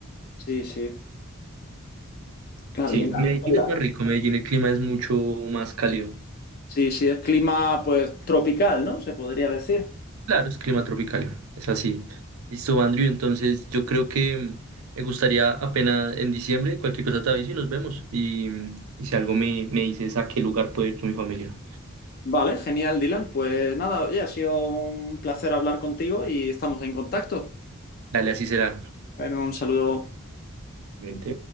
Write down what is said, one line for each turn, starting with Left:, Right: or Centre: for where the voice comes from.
Left: Sí, sí, claro.
Right: Sí,
Left: y en
Right: Medellín
Left: la- en
Right: es
Left: la-
Right: más rico, Medellín el clima es mucho más cálido.
Left: Sí, sí, es clima, pues, tropical, ¿no? Se podría decir.
Right: Claro, es clima tropical, es así. Listo, Andrew, entonces yo creo que mm, me gustaría apenas en diciembre, cualquier cosa te aviso y nos vemos. Y, mm, y si algo me, me dices a qué lugar puedo ir con mi familia.
Left: Vale, genial, Dylan. Pues nada, oye, ha sido un placer hablar contigo y estamos en contacto.
Right: Dale, así será.
Left: Bueno, un saludo.
Right: Obviamente.